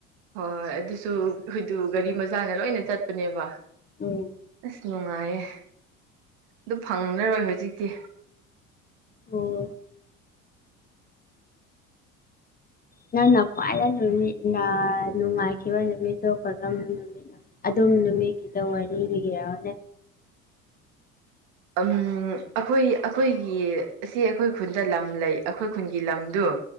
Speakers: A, on the right; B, on the left.
A: ꯍꯣꯏ ꯍꯣꯏ ꯑꯗꯨꯁꯨ ꯑꯩꯣꯏꯗꯨ ꯒꯥꯔꯤ ꯃꯆꯥꯅ ꯂꯣꯏꯅ ꯆꯠꯄꯅꯦꯕ
B: ꯎꯝ
A: ꯑꯁ ꯅꯨꯡꯉꯥꯏꯌꯦ ꯑꯗꯨ ꯐꯪꯅꯔꯣꯏ ꯍꯧꯖꯤꯛꯇꯤ
B: ꯑꯣ ꯅꯪꯟꯅ ꯈ꯭ꯋꯥꯏꯗ ꯅꯨꯃꯤꯠ ꯅꯨꯡꯉꯥꯏꯈꯤꯕ ꯅꯨꯃꯤꯠꯇꯣ ꯀꯔꯝꯕ ꯅꯨꯃꯤꯠ ꯑꯗꯨꯝ ꯅꯨꯃꯤꯠꯀꯤꯗ ꯋꯥꯔꯤ ꯂꯤꯔꯛꯑꯣꯅꯦ
A: ꯑꯩꯈꯣꯏ ꯑꯩꯈꯣꯏꯒꯤ ꯑꯁꯤ ꯑꯩꯈꯣꯏ ꯈꯨꯟꯗ ꯂꯝ ꯂꯩ ꯑꯩꯈꯣꯏ ꯈꯨꯟꯒꯤ ꯂꯝꯗꯨ